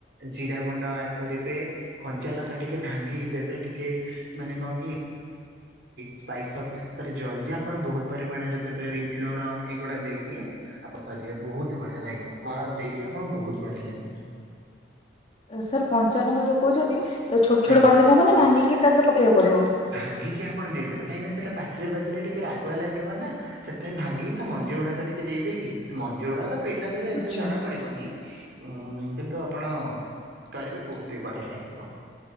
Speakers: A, on the right (about 65°); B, on the left (about 35°).
A: ଜିରା ଗୁଣ୍ଡ ଆଡ୍ କରିବେ କଞ୍ଚା ଲଙ୍କା ଟିକେ ଭାଙ୍ଗିକି ଦେବେ ଟିକେ ମାନେ କଣ କି ସ୍ପାଇସମ୍ ତାରେ ଜଲଜିରା ଆପଣ ବହୁତ ପରିମାଣରେ ଦେବେ ବିଟ୍ ଲୁଣ ଏଗୁଡା ଦେଇକି ଆପଣକରିବେ ବହୁତ ବଢିଆ ଲାଗିବ ବରଫ ଦେଇକି ଆପଣ ବହୁତ ବଢିଆ ଲାଗିବ।
B: ସାର୍ କଞ୍ଚା ଲଙ୍କା ଯୋଉ କହୁଛନ୍ତି ତାକୁ ଛୋଟ ଛୋଟ
A: ଆଜ୍ଞା
B: କରିଦେଲେ ହବ ନାଁ ଭାଙ୍ଗିକି ତା ଦେହରେ ପକେଇବାକୁ ପଡ଼ିବ।
A: ଭାଙ୍ଗିକି ଆପଣ ଦେଇଦେବେ କାହିଁକିନା ସେଟା ପାଟିରେ ବାଜିଲେ ଟିକେ ରାଗୁଆ ଲାଗିବ ନା। ସେଥିପାଇଁ ଭାଙ୍ଗିକି ତା ମଞ୍ଜି ଗୁଡାକ ଟିକେ ଦେଇଦେଇକି ସେ ମଞ୍ଜି ଗୁଡାକ ତ ପିଲା ବେଳେ ଏତେ
B: ଆଚ୍ଛା
A: ଜଣା ପଡିବନି। ଉଁ କିନ୍ତୁ ଆପଣ କରିବେ ବହୁତି ବଢିଆ ଲାଗିବ।